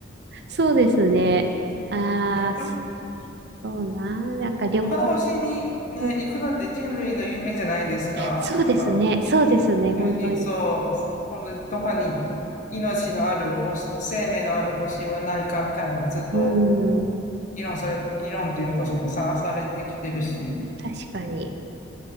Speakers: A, on the right (about 55°); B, on the left (about 40°).
A: そうですね。ああ、
B: いや、他の
A: そうなー。なんか旅行、
B: 他の星にね、
A: うん
B: 行くのって人類の夢じゃないですか。
A: そうですね。
B: なんか、
A: そうですね。
B: 宇宙人、
A: 本当に。
B: そう、本当にどこかに命のある星、生命のある星はないか、みたいな、ずっと
A: うん。
B: 議論され、議論というか、その探されてきてるし。
A: 確かに。